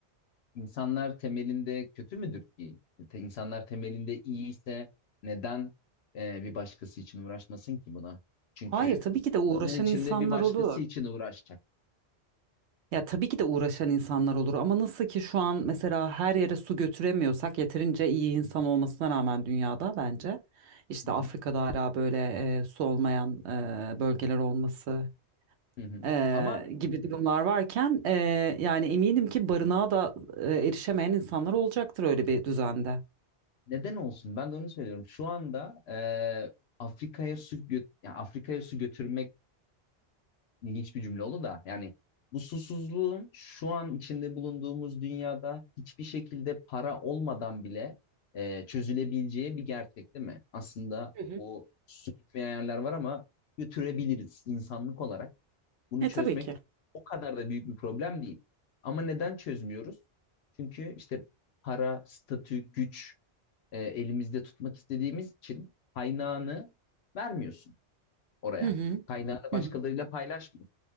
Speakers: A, on the left; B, on the right.
A: İnsanlar temelinde kötü müdür ki? Te- İnsanlar temelinde iyi ise neden e, bir başkası için uğraşmasın ki buna? Çünkü
B: Hayır tabii ki de uğraşan
A: onun içinde
B: insanlar
A: bir başkası
B: olur.
A: için uğraşacak.
B: Ya tabii ki de uğraşan insanlar olur ama nasıl ki şu an mesela her yere su götüremiyorsak yeterince iyi insan
A: Hı hı,
B: olmasına rağmen dünyada bence işte
A: hı hı,
B: Afrika'da hala böyle e, su olmayan e, bölgeler olması
A: hı hı.
B: eee,
A: Ama
B: gibi durumlar varken eee, yani eminim ki barınağa da eee, erişemeyen insanlar olacaktır öyle bir düzende.
A: Neden olsun? Ben de onu söylüyorum. Şu anda e, Afrika'ya su göt yani Afrika'ya su götürmek ilginç bir cümle oldu da yani bu susuzluğun şu an içinde bulunduğumuz dünyada hiçbir şekilde para olmadan bile e, çözülebileceği bir gerçek değil mi? Aslında
B: Hı hı.
A: o su gitmeyen yerler var ama götürebiliriz insanlık olarak. Bunu
B: E
A: çözmek
B: tabii ki.
A: o kadar da büyük bir problem değil. Ama neden çözmüyoruz? Çünkü işte para, statü, güç e, elimizde tutmak istediğimiz için kaynağını vermiyorsun oraya.
B: Hı hı.
A: Kaynağını başkalarıyla
B: Hı hı.
A: paylaşmıyorsun.